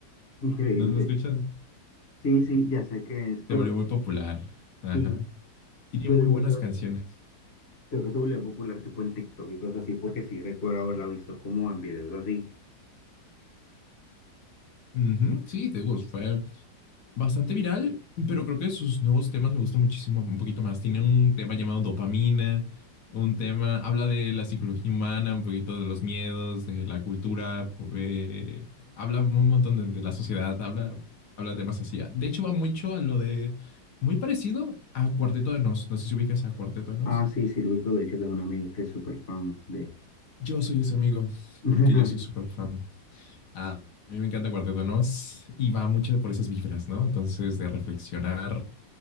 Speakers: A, on the left; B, on the left.
A: increíble.
B: ¿No lo has escuchado?
A: Sí, sí, ya sé qué es, pero
B: Se volvió muy popular. Ajá.
A: sí,
B: Tiene
A: pero
B: muy buenas
A: yo creo,
B: canciones.
A: creo que se volvió popular tipo en TikTok y cosas así, porque sí recuerdo haberla visto como en videos así.
B: Ujú, Sí, te digo, fue bastante viral, pero creo que sus nuevos temas me gustan muchísimo, un poquito más. Tiene un tema llamado dopamina, un tema, habla de la psicología humana, un poquito de los miedos, de la cultura, eh, habla un montón de, de la sociedad, habla, habla de temas así. De hecho, va mucho a lo de, muy parecido a Cuarteto de Nos. No sé si ubicas a Cuarteto de Nos.
A: Ah, sí, sí, lo ubico, de hecho tengo un amigo que es súper fan de...
B: Yo soy ese amigo,
A: <laughs>
B: porque yo soy súper fan. Ah, a mí me encanta Cuarteto de Nos y va mucho por esas vibras, ¿no? Entonces, de reflexionar